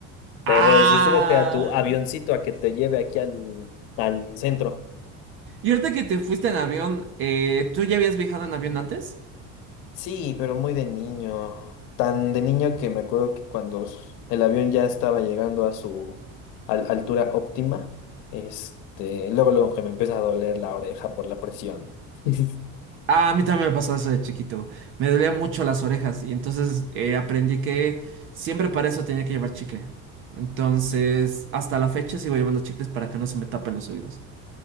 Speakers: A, on the left; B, on the right.
A: Te
B: Ah.
A: voy a decir, súbete a tu avioncito a que te lleve aquí al, al centro.
B: Y ahorita que te fuiste en avión, eh, ¿tú ya habías viajado en avión antes?
A: Sí, pero muy de niño. Tan de niño que me acuerdo que cuando s- el avión ya estaba llegando a su al- altura óptima, este, luego, luego que me empieza a doler la oreja por la presión. <laughs>
B: Ah, a mí también me pasó eso de chiquito. Me dolían mucho las orejas y entonces eh, aprendí que siempre para eso tenía que llevar chicle. Entonces, hasta la fecha sigo llevando chicles para que no se me tapen los oídos.